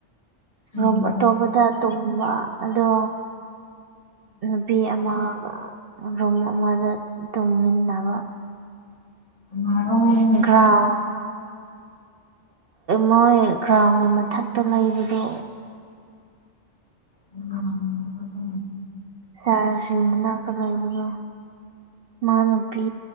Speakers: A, on the left (about 30°); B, on the right (about 55°).
A: ꯀꯅꯥꯅꯣ
B: ꯑꯥꯃꯨꯛ ꯑꯇꯣꯞꯄꯗ ꯇꯨꯝꯕ ꯑꯗꯣ ꯅꯨꯄꯤ ꯑꯃ ꯔꯨꯝ ꯑꯃꯗ ꯇꯨꯝꯃꯤꯟꯅꯕ
A: ꯃꯥ
B: ꯒ꯭ꯔꯥꯎ ꯃꯣꯏ ꯒ꯭ꯔꯥꯎꯟ ꯃꯊꯛꯇ ꯂꯩꯕꯗꯣ
A: ꯎꯝ
B: ꯆꯔꯀꯤ ꯃꯅꯥꯛꯇ ꯂꯩꯕꯗꯣ ꯃꯥ ꯅꯨꯄꯤ